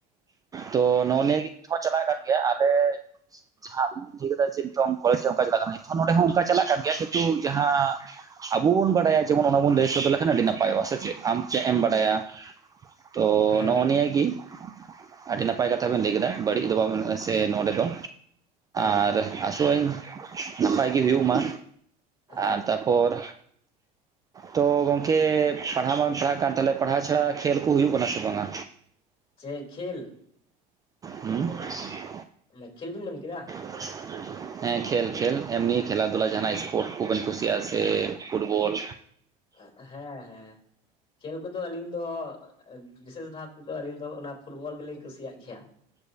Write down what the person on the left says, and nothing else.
ᱦᱮᱸ
ᱦᱮᱸ
ᱦᱮᱸ
ᱦᱮᱸ
ᱪᱮᱫ ᱠᱷᱮᱞ?
ᱢᱟᱱᱮ ᱠᱷᱮᱞ ᱵᱤᱱ ᱢᱮᱱ ᱠᱮᱫᱟ᱾
ᱦᱮᱸ ᱦᱮᱸ ᱠᱷᱮᱞ ᱠᱚᱫᱚ ᱟᱹᱞᱤᱧ ᱫᱚ ᱵᱤᱥᱮᱥ ᱵᱷᱟᱵ ᱛᱮᱫᱚ ᱟᱹᱞᱤᱧ ᱫᱚ ᱚᱱᱟ ᱯᱷᱩᱴᱵᱚᱞ ᱜᱮᱞᱤᱧ ᱠᱩᱥᱤᱭᱟᱜ ᱜᱮᱭᱟ᱾